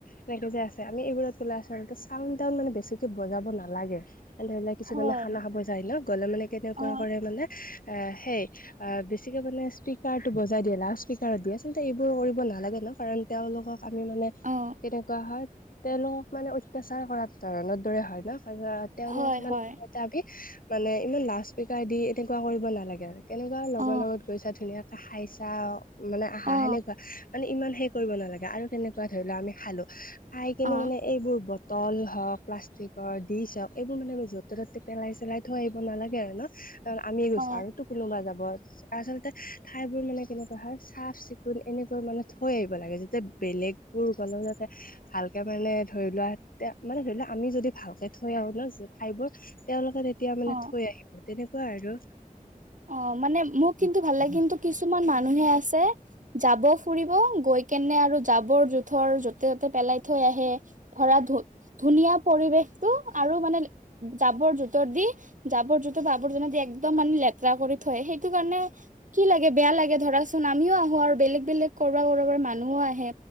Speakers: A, on the left; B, on the right.
A: এনেকে যে আছে আমি এইবোৰত গলে আচলতে চাউন তাউন মানে বেছিকে বজাব নালাগে ধৰি লোৱা কিছুমানে
B: হয়
A: খানা খাব যায় ন গ'লে মানে কেনেকুৱা
B: অ
A: কৰে মানে এ সেই অ বেছিকে মানে স্পীকাৰটো বজাই দিয়ে লাউড স্পীকাৰত দিয়ে আচ এইবোৰ কৰিব নালাগে ন কাৰণ তেওঁলোকক আমি মানে
B: অঁ
A: কেনেকুৱা হয় তেওঁলোকক মানে অত্যাচাৰ কৰা ধৰণৰ দৰে হয় ন তেওঁলোকক
B: হয়
A: মানে
B: হয়
A: কি মানে ইমান লাউড স্পিকাৰ দি এনেকুৱা কৰিব নালাগে আৰু কেনেকুৱা লগৰ
B: অ
A: লগত গৈছা ধুনীয়াকে খাইছা মানে আহা
B: অ
A: সেনেকুৱা মানে ইমান শেষ কৰিব নালাগে আৰু কেনেকুৱা ধৰি লোৱা আমি খালো খাই কিনে
B: অ
A: মানে এইবোৰ ব তল হওক প্লাষ্টিকৰ ডিচ্ হওক - এইবোৰ মানে পায় যত - ত ততে পেলাই চেলাই থৈ আহিব নালাগে আৰু ন, আমি গৈছো
B: অ
A: আৰুতো কোনোবা যাব। আচলতে ঠাই বোৰ মানে কেনেকুৱা হয় চাফ চিকুণ এনেকৈ মানে থৈ আহিব লাগে, যাতে বেলেগ - কোনো গলো যাতে ভালকে মানে ধৰি লোৱা তে মানে ধৰি লোৱা আমি যদি ভালকে থৈ আহো - ন ঠাইবোৰ তেওঁলোকে তেতিয়া মানে
B: অ অ
A: থৈ আহিব তেনেকুৱা আৰু।
B: অ মানে মোক কিন্তু ভাল লাগে কিন্তু কিছুমান মানুহে আছে - যাব ফুৰিব গৈ কেনে আৰু জাবৰ জোথৰ য'তে ত'তে পেলাই থৈ আহে। ধৰা ধু ধুনীয়া পৰিৱেশটো আৰু মানে লে - জাৱৰ জোঠৰ দি জাৱৰ জোঠৰ আৱৰ্জনাৰ দি একদম মানে লে - তেৰা কৰি থয়, সেইটো কাৰণে - কি লাগে বেয়া লাগে ধৰাচোন আমিও আহো আৰু বেলেগ বেলেগ কৰবাৰ কৰবাৰ মানুহও আহে।